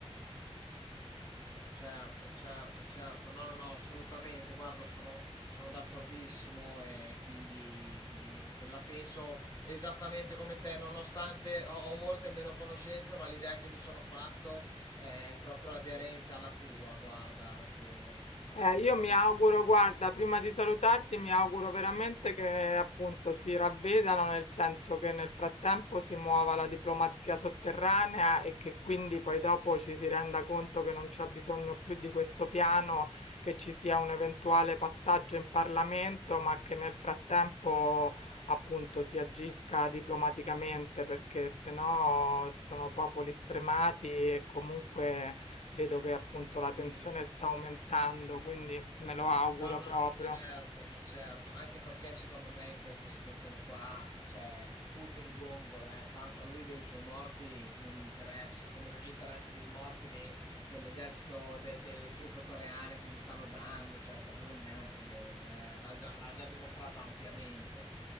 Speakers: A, on the left; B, on the left.
A: Certo, certo, certo, no, no, no, assolutamente, guarda, sono, sono d'accordissimo e quindi eh, la penso esattamente come te, nonostante ho, ho molte meno conoscenze, ma l'idea che mi sono fatto è proprio aderente alla tua, guarda, Rachele, assolutamente.
B: Eh, io mi auguro, guarda, prima di salutarti, mi auguro veramente che appunto si ravvedano, nel senso che nel frattempo si muova
A: Sì,
B: la diplomazia sotterranea e che quindi poi dopo ci si renda conto che non c'è bisogno più di questo piano, che ci sia un eventuale passaggio in Parlamento, ma che nel frattempo appunto si agisca diplomaticamente, perché sennò sono popoli stremati e comunque Vedo che appunto la
A: sì.
B: tensione sta aumentando, quindi me lo auguro
A: No, no,
B: proprio.
A: ma certo, ma certo, anche perché secondo me in questa situazione qua, cioè, Putin gongola, eh, tanto a lui dei suoi morti non interessa, come non gli interessa dei morti dei- dell'esercito, de- delle truppe coreane che gli stanno dando, cioè, per lui non è un problema, eh, l'ha già, l'ha già dimostrato ampiamente